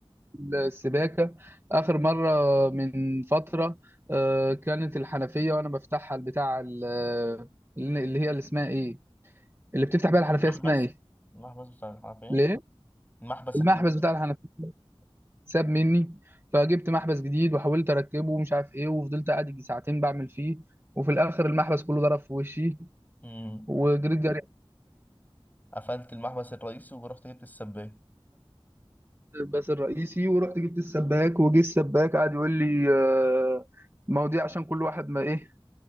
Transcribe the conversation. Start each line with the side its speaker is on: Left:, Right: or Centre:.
Right: السباكة آخر مرة من فترة آه، كانت الحنفية وأنا بفتحها البتاع ال- اللي هي اللي اسمها إيه اللي بتفتح بيها الحنفية
Left: محبس
Right: اسمها إيه
Left: المحبس بتاع الحنفية
Right: ليه
Left: المحبس
Right: المحبس
Left: الحنفية
Right: بتاع الحنفية ساب مني فجبت محبس جديد وحاولت أركبه ومش عارف إيه وفضلت قاعد يجي ساعتين بعمل فيه وفي الآخر المحبس كله ضرب في وشي
Left: مم.
Right: وجريت جري
Left: قفلت المحبس الرئيسي ورحت جبت السباك
Right: بس الرئيسي ورحت جبت السباك وجه السباك قعد يقول لي آه، ما هو دي عشان كل واحد ما ايه